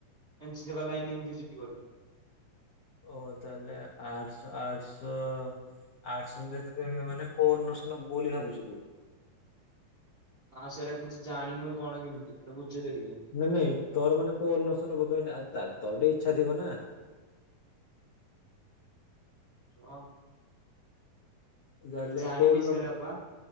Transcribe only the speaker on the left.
ଓ ତାହେଲେ, ଆର୍ଟ୍ସ ଆର୍ଟ୍ସ। ଆର୍ଟ୍ସ ରେ ମାନେ କୋଉ ଅନର୍ଶ ନବୁ ବୋଲି ଭାବୁଚୁ ତୁ?
ନାଇଁ ନାଇଁ, ତୋର ମାନେ କୋଉ ଅନର୍ଷ ନବା ପାଇଁ ତୋ ଟେ ଇଚ୍ଛା ଥିବ ନା।
ଯାହେଲେ
କୋନ
ନବୁ